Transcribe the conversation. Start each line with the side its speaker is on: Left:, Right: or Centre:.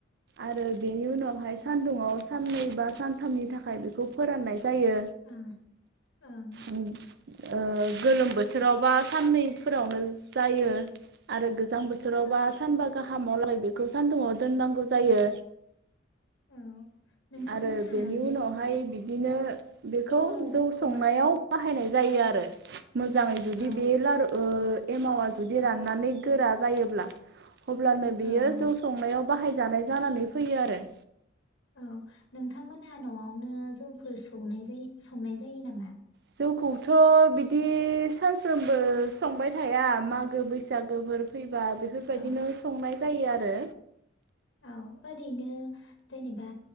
Right: आरो बिनि उनाव हाय सान्दुंआव साननै बा सानथामनि थाखाय बेखौ फोराननाय जायो
Left: ओं ओं
Right: ओम ओ गोलोम बोथोरावबा साननैफोरावनो जायो आरो गोजां बोथोरावबा
Left: ओं
Right: सानबा गाहाम आलागै बेखौ सानदुुंआव दोननांगौ जायो।
Left: औ नोंथांमोनहा
Right: आरो बेनि
Left: बे
Right: उनावहाय बिदिनो बेखौ
Left: एमावखौहाय
Right: जौ संनायाव बाहायनाय जायो आ रो मोजाङै जुदि
Left: औ
Right: बे लारु ओ एमावा जुदि राननानै गोरा जायोब्ला। अब्लानो
Left: औ
Right: बियो
Left: औ
Right: जौ संनायाव बाहाय जानाय जानानै फैयो आरो।
Left: औ नोंथांमोनहा न'आवनो जौफोर स एवनाय जायो संनाय जायो नामा?
Right: जौखौथ' बिदि सानफ्रोमबो संबाय थाया मागो बैसागोफोर फैबा बेफोरबायदिनो
Left: औ
Right: संनाय जायो आरो
Left: औ ओरैनो जेनेबा